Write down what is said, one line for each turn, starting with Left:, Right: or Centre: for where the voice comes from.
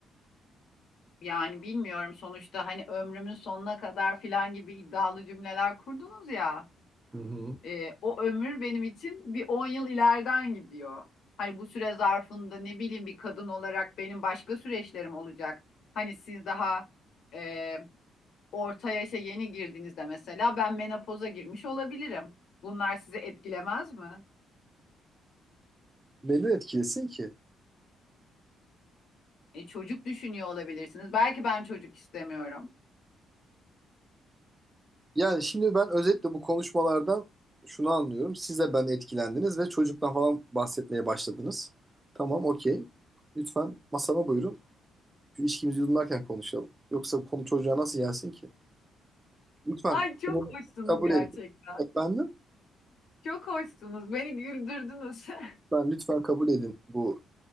Left: Yani bilmiyorum sonuçta hani ömrümün sonuna kadar filan gibi iddialı cümleler kurdunuz ya.
Right: Hı hı.
Left: E, o ömür benim için bir 10 yıl ileriden gidiyor. Hani bu süre zarfında ne bileyim bir kadın olarak benim başka süreçlerim olacak. Hani siz daha e, orta yaşa yeni girdiğinizde mesela ben menopoza girmiş olabilirim. Bunlar sizi etkilemez mi?
Right: Neden etkilesin ki?
Left: E, çocuk düşünüyor olabilirsiniz. Belki ben çocuk istemiyorum.
Right: Yani şimdi ben özetle bu konuşmalardan şunu anlıyorum. Siz de ben etkilendiniz ve çocuktan falan bahsetmeye başladınız. Tamam, okey. Lütfen masama buyurun. Şu içkimizi yudumlarken konuşalım. Yoksa bu konu çocuğa nasıl gelsin ki? Lütfen
Left: Ay çok
Right: bunu
Left: hoşsunuz
Right: kabul
Left: gerçekten.
Right: edin. Efendim?
Left: Çok hoşsunuz. Beni güldürdünüz. <laughs>
Right: Ben lütfen kabul edin bu